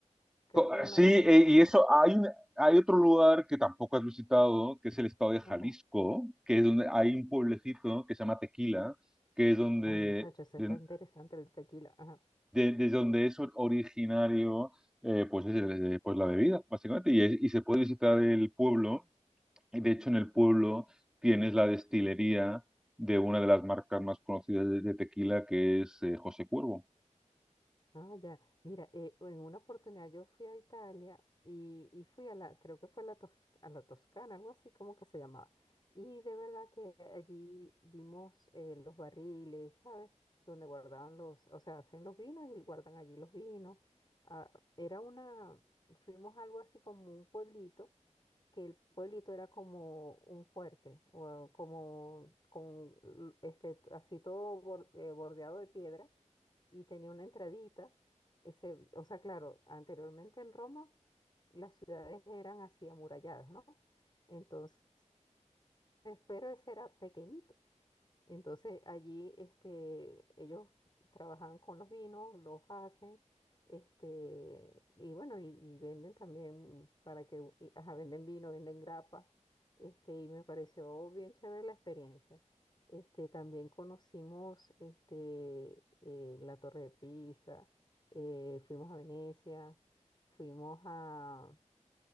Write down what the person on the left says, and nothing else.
Creo
que una
vez, eh,
ajá,
ajá.
Ay, muchachos, está
interesante el tequila. Ajá.
Ah, ya. Mira, eh, en una oportunidad yo fui a Italia y, y fui a la, creo que fue a la, Tos- a la Toscana, algo así como que se llamaba. Y de verdad que allí vimos eh, los barriles, ¿sabes? Donde guardaban los, o sea, hacen los vinos y guardan allí los vinos. Ah, era una, fuimos a algo así como un pueblito que el pueblito era como un fuerte, o como con l- este, así todo bor- eh, bordeado de piedra y tenía una entradita. Ese, o sea, claro, anteriormente en Roma las ciudades eran así amuralladas, ¿no? Entonces, pero ese era pequeñito. Entonces allí este, ellos trabajan con los vinos, los hacen, este, y bueno, y, y venden también para que, u- y, ajá, venden vino, venden grapa, este, y me pareció bien chévere la experiencia. Este, también conocimos este, eh, la Torre de Pisa, eh, fuimos a Venecia, fuimos a,